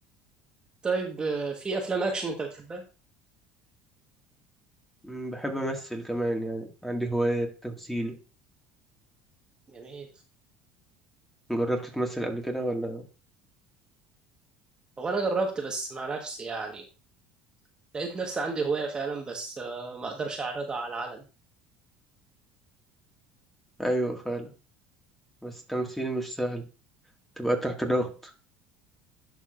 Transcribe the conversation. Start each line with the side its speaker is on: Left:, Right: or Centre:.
Right: طيب آه، في أفلام أكشن أنت بتحبها
Centre: مم، بحب أمثل كمان يعني عندي هواية تمثيل
Right: جميل
Centre: جربت تمثل قبل كده ولا
Right: هو أنا جربت بس مع نفسي يعني لقيت نفسي عندي هواية فعلا بس آه، ما اقدرش اعرضها على العلن
Centre: ايوه فعلا بس التمثيل مش سهل تبقى تحت ضغط